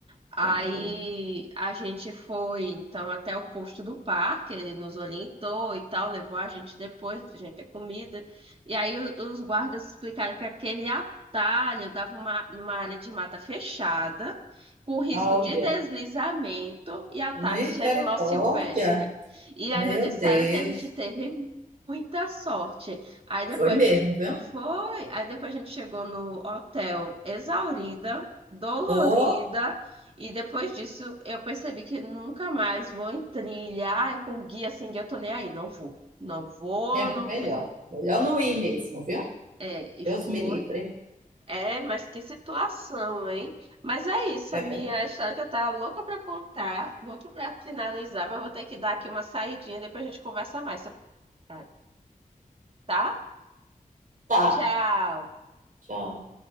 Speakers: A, on the right; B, on the right.
A: Aí
B: Entendi.
A: a gente foi então até o posto do parque, ele nos orientou e tal, levou a gente depois, a gente ter comida. E aí o- os guardas explicaram que aquele atalho dava uma, numa área de mata fechada, com risco
B: Olha,
A: de deslizamento e ataques
B: misericórdia.
A: de animal silvestre. E ainda
B: Meu
A: disseram
B: Deus.
A: que a gente teve muita sorte. Aí depois
B: Foi mesmo,
A: a gente
B: viu?
A: foi, aí depois a gente chegou no hotel exaurida, dolorida.
B: Ou
A: E depois disso, eu percebi que nunca mais vou em trilha. Ai, com guia sem guia, eu tô nem aí. Não vou. Não vou,
B: é
A: não
B: melhor.
A: quero.
B: Melhor não ir mesmo, viu?
A: É, e
B: Deus
A: foi.
B: me livre.
A: É, mas que situação, hein? Mas é isso,
B: É
A: a minha
B: verdade.
A: história que eu tava louca pra contar, louca pra finalizar, mas vou ter que dar aqui uma saidinha, depois a gente conversa mais, sobre- isso, tá?
B: Tá.
A: Tchau!
B: Tchau.